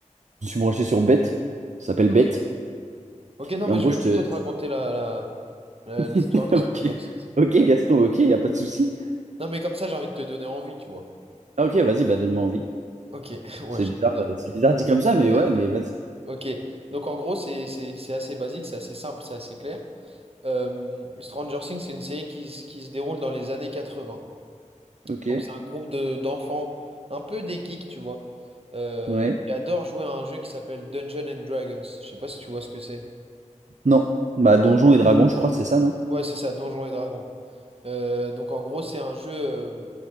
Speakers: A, on the right; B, on the right.
A: Je me suis branché sur Bête, ça s'appelle
B: Ok.
A: Bête.
B: Ok, non,
A: Et
B: mais
A: en
B: je
A: gros,
B: vais
A: je
B: plutôt
A: te...
B: te raconter la, la- la- l'histoire
A: <laughs>
B: de
A: Ok,
B: Stranger Things.
A: ok, Gaston, ok, y a pas de souci.
B: Non, mais comme ça, j'ai envie de te donner envie, tu vois.
A: Ah, ok, vas-y, bah donne-moi envie.
B: Ok, <laughs> ouais,
A: C'est
B: je...
A: bizarre,
B: bizarre.
A: euh, c'est bizarre dit comme ça, mais
B: Ouais.
A: ouais, mais vas-y.
B: Ok, donc en gros, c'est c'est- c'est assez basique, c'est assez simple, c'est assez clair. Euh, Stranger Things, c'est une série qui, se qui se déroule dans les années 80.
A: Ok,
B: Donc c'est un groupe de, d'enfants, un peu des geeks, tu vois, euh,
A: ouais.
B: qui adorent jouer à un jeu qui s'appelle Dungeons and Dragons. Je sais pas si tu vois ce que c'est.
A: Non, bah Donjons et Dragons, je crois, c'est ça, non?
B: Ouais, c'est ça, Donjons et Dragons. Euh, donc en gros, c'est un jeu. euh,